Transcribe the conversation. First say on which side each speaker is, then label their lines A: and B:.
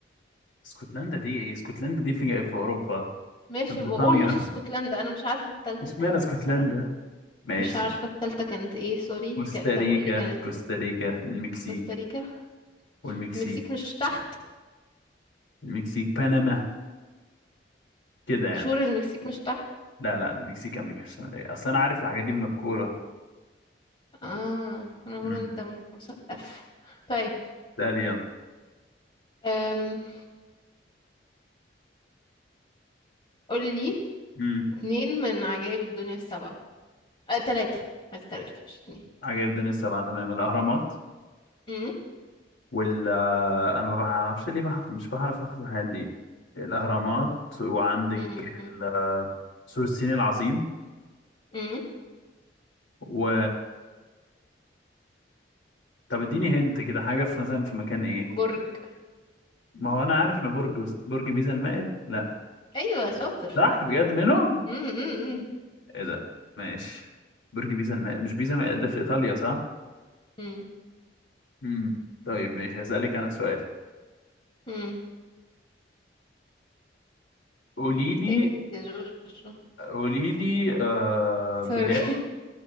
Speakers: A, on the left; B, on the left.
A: اسكتلندا دي ايه اسكتلندا دي في في اوروبا
B: ماشي
A: في بريطانيا
B: بقول مش اسكتلندا انا مش عارفه
A: <laughs>
B: التالتة
A: اشمعنى
B: كانت
A: اسكتلندا
B: ايه الصراحه
A: ماشي
B: مش عارفه التالتة كانت ايه سوري
A: كوستاريكا
B: ك... طب قول لي كانت
A: كوستاريكا المكسيك
B: كوستاريكا
A: والمكسيك
B: المكسيك مش تحت
A: المكسيك بنما كده يعني
B: شور المكسيك مش تحت
A: لا لا المكسيك امريكا الشماليه اصل انا عارف الحاجات دي من الكوره
B: اه انا بقول
A: امم
B: إن انت مثقف طيب
A: اسالي يلا
B: أم... قول لي
A: امم
B: اتنين من عجائب الدنيا السبعة أه تلاتة عايز تلاتة مش اتنين
A: عجائب الدنيا السبعة تمام الأهرامات
B: أم،
A: وال آه، أنا ما بعرفش ليه بعرف مش بعرف أخد الحاجات دي الأهرامات وعندك
B: أم، أم،
A: ال... آه، سور الصين العظيم
B: أم.
A: و طب اديني هنت كده حاجة في مثلا في مكان إيه
B: برج
A: ما هو أنا عارف إن برج بس... برج بيزا المائل لا
B: أيوة شاطر
A: صح بجد منهم
B: أم، أم، أم،
A: إيه ده ماشي برج بيزا المائل مش بيزا المائل ده في إيطاليا صح
B: أم،
A: امم طيب ماشي هسألك أنا سؤال
B: أم.
A: قولي لي
B: ده إنجليزي يا جورجو
A: قولي لي آه... بلاد
B: سوري